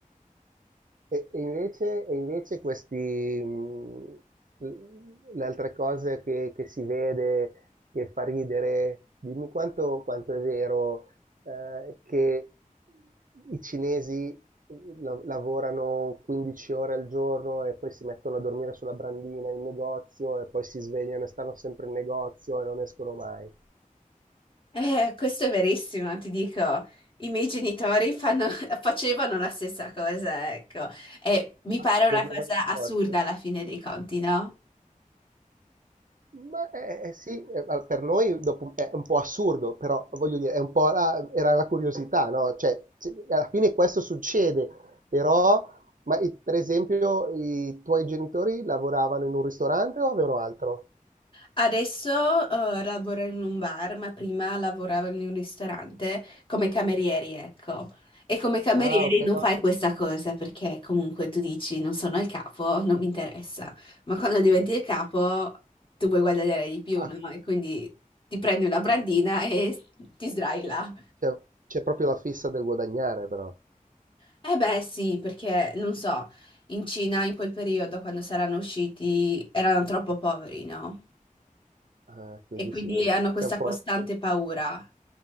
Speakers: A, on the right; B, on the left.
A: E, e invece, e invece questi, mh, l- le altre cose che, che si vede, che fa ridere, dimmi quanto, quanto è vero, eh, che i cinesi la- lavorano 15 ore al giorno e poi si mettono a dormire sulla brandina in negozio e poi si svegliano e stanno sempre in negozio e non escono mai.
B: Eh, questo è verissimo, ti dico. I miei genitori fanno- <laughs> facevano la stessa cosa, ecco. E mi
A: Ah,
B: pare una
A: dormivano
B: cosa
A: in
B: assurda
A: negozio?
B: alla fine dei conti, no?
A: Ma eh, eh, sì, eh, ma per noi dopo è un po' assurdo, però voglio dire, è un po' la, era la curiosità, no? Cioè, c- alla fine questo succede, però, ma i- per esempio, i tuoi genitori lavoravano in un ristorante o avevano altro?
B: Adesso eh, lavoro in un bar, ma prima lavoravo in un ristorante come camerieri, ecco. E come camerieri
A: Ah, ok,
B: non
A: no,
B: fai questa cosa perché comunque tu dici non sono il capo, non mi interessa. Ma quando diventi il capo tu vuoi guadagnare di più,
A: ah,
B: no? E quindi ti prendi una brandina e ti sdrai là.
A: cioè, c'è proprio la fissa del guadagnare, però.
B: Eh beh, sì, perché non so, in Cina in quel periodo quando saranno usciti erano troppo poveri, no?
A: Ah, quindi
B: E quindi
A: sì,
B: hanno questa
A: c'è un po'
B: costante paura